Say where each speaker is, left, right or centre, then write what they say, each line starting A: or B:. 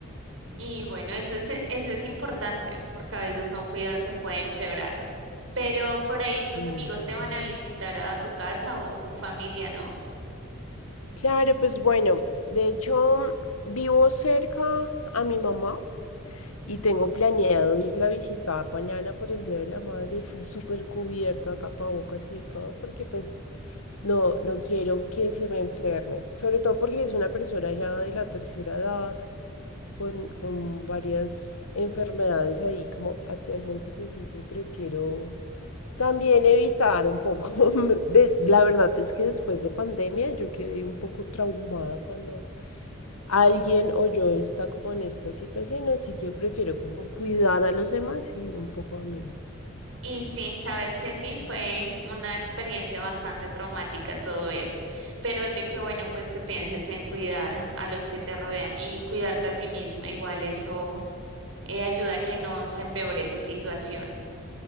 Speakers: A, on the right; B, on the left.
A: Y bueno, eso es, eso es importante, porque a veces no cuidarse puede empeorar. Pero por ahí
B: Sí,
A: tus amigos
B: total.
A: te van a visitar a tu casa o tu familia, ¿no?
B: Claro, pues bueno, de hecho vivo cerca a mi mamá y tengo planeado irla a visitar mañana por el Día de la Madre, sí, súper cubierta, tapabocas y de todo, porque pues no, no quiero que se me enferme, sobre todo porque es una persona ya de la tercera edad, con, con varias enfermedades ahí como adyacentes, así que prefiero también evitar un poco, <laughs> de, la verdad es que después de pandemia yo quedé un poco traumada cuando alguien o yo está como en esta situación, así que prefiero como cuidar a los demás y un poco a mí.
A: Y sí, sabes que sí, fue una experiencia bastante traumática todo eso. Pero oye, qué bueno pues que pienses en cuidar a los que te rodean y cuidarte a ti misma. Igual eso eh, ayuda a que no se empeore tu situación.